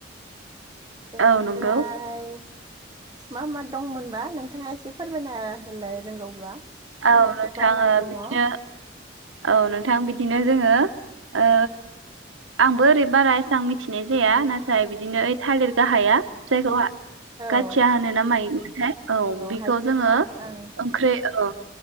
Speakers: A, on the right (about 20°); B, on the right (about 85°).
A: बेनिफ्राय
B: औ नंगौ
A: मा मा दंमोनबा नोंथाङा एसे फोरमायना होलाय रोंगौब्ला।
B: औ
A: आं एसे
B: नोंथां
A: बावनानै
B: ओ
A: दङ
B: बिदिनो
A: औ
B: औ नोंथां बिदिनो जोङो ओ आंबो ओरै बारा एसेबां मिथिनाय जाया नाथाय बिदि बिदिनो ओइ थालिर गाहाया जायखौ
A: औ
B: गाथिया होनो ना मायोमोनथाय औ बेखौ
A: हायथि
B: जोङो
A: गा ओं
B: ओंख्रै औ।